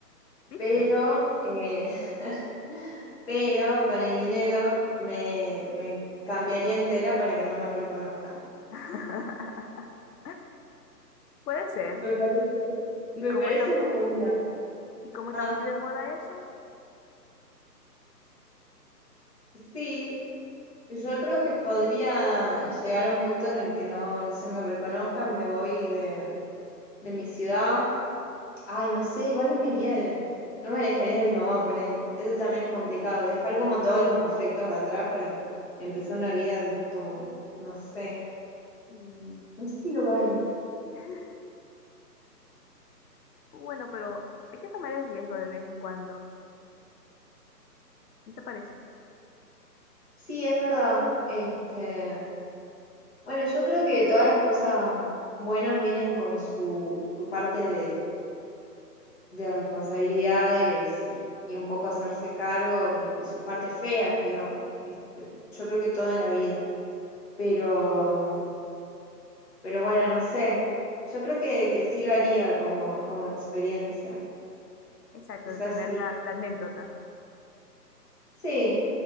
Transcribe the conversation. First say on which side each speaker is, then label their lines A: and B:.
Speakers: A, on the left; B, on the left.
A: ¿Viste?
B: pero, eh, <laughs> pero con el dinero me, me cambiaría entera para que no me reconozcan.
A: <laughs> Puede ser.
B: Me parece,
A: Y
B: me
A: como
B: parece
A: está,
B: un- una...
A: y como
B: Ah,
A: está muy de moda eso,
B: sí, yo creo que podría llegar a un punto en el que no, no se me reconozcan, me voy de, de mi ciudad. Ay, no sé, igual no me iría de. No me alejaría de mi mamá, ponele. Eso también es complicado. Dejar como todos los afectos atrás para em- empezar una vida como, no sé.
A: sí.
B: No sé si lo vale.
A: <laughs> Bueno, pero hay que tomar el riesgo de vez en cuando. ¿No te parece?
B: Sí, es verdad. Este, bueno, yo creo que todas las cosas buenas vienen con su, su parte de, de responsabilidades y, y un poco hacerse cargo y, y sus partes feas, digamos. Este, yo creo que todo en la vida. Pero Pero bueno, no sé. Yo creo que, que sí lo haría como, como experiencia.
A: Exacto,
B: Quizás
A: de tener
B: sí.
A: la, la anécdota.
B: Sí,